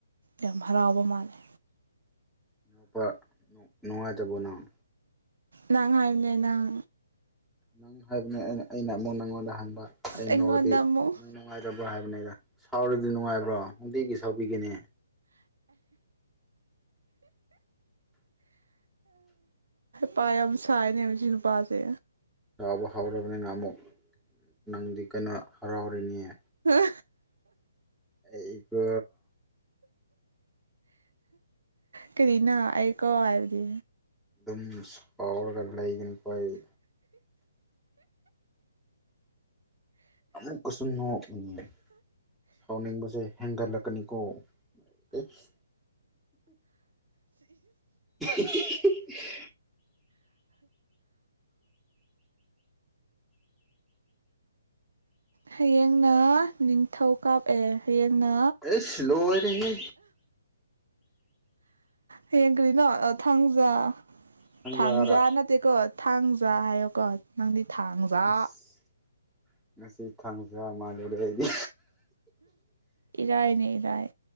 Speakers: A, on the right (about 70°); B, in the centre.
A: ꯌꯥꯝ ꯍꯔꯥꯎꯕ ꯃꯥꯜꯂꯦ
B: ꯅꯨꯄꯥ ꯅꯨꯡ ꯅꯨꯡꯉꯥꯏꯇꯥꯕꯣ ꯅꯪ
A: ꯅꯪ ꯍꯥꯏꯕꯅꯦ ꯅꯪ
B: ꯅꯪ ꯍꯥꯏꯕꯅ ꯑꯩꯅ ꯑꯩꯅ ꯑꯃꯨꯛ ꯅꯪꯉꯣꯟꯗ ꯍꯪꯕ ꯑꯩ
A: ꯑꯩꯉꯣꯟꯗ
B: ꯅꯣꯛꯑꯗꯤ
A: ꯑꯃꯨꯛ
B: ꯅꯪ ꯅꯨꯡꯉꯥꯏ ꯕ꯭ꯔꯥ ꯍꯥꯏꯕꯅꯤꯗ ꯁꯥꯎꯔꯗꯤ ꯅꯨꯡꯉꯥꯏꯕ꯭ꯔꯣ ꯅꯨꯡꯇꯤꯒꯤ ꯁꯥꯎꯕꯤꯒꯦꯅꯦ
A: ꯄꯥ ꯌꯥꯝ ꯁꯥꯏꯑꯅꯦ ꯃꯁꯤ ꯅꯨꯄꯥꯁꯦ
B: ꯁꯥꯎꯕ ꯍꯧꯔꯕꯅꯤꯅ ꯑꯃꯨꯛ ꯅꯪꯗꯤ ꯀꯩꯅꯣ ꯍꯔꯥꯎꯔꯅꯤꯌꯦ
A: ꯍꯥ
B: ꯑꯩꯀꯣ
A: ꯀꯔꯤꯅꯥ ꯑꯩꯀꯣ ꯍꯥꯏꯕꯗꯤ
B: ꯑꯗꯨꯝ ꯁꯥꯎꯔꯒ ꯂꯩꯒꯅꯤꯀꯣ ꯑꯩ ꯑꯃꯨꯛꯀꯁꯨ ꯅꯣꯛꯅꯤꯡꯉꯦ ꯁꯥꯎꯅꯤꯡꯕꯁꯦ ꯍꯦꯟꯒꯠꯂꯛꯀꯅꯤꯀꯣ ꯏꯁ <unintelligible>
A: ꯍꯌꯦꯡꯅ ꯅꯤꯡꯊꯧꯀ ꯑꯦ ꯍꯌꯦꯡꯅ
B: ꯏꯁ ꯂꯣꯏꯔꯦꯍꯦ
A: ꯍꯌꯦꯡ ꯀꯔꯤꯅꯣ ꯑ ꯊꯥꯡꯖꯥ
B: ꯊꯥꯡꯖꯥꯔꯥ
A: ꯊꯥꯡꯓꯥ ꯅꯠꯇꯦꯀꯣ ꯊꯥꯡꯖꯥ ꯍꯥꯏꯌꯣꯀꯣ ꯅꯪꯗꯤ ꯊꯥꯡꯓꯥ
B: ꯑꯁ ꯉꯁꯤ ꯈꯥꯡꯖꯥ ꯃꯥꯥꯟꯂꯨꯔꯦ ꯑꯩꯗꯤ
A: ꯏꯔꯥꯏꯅꯦ ꯏꯔꯥꯏ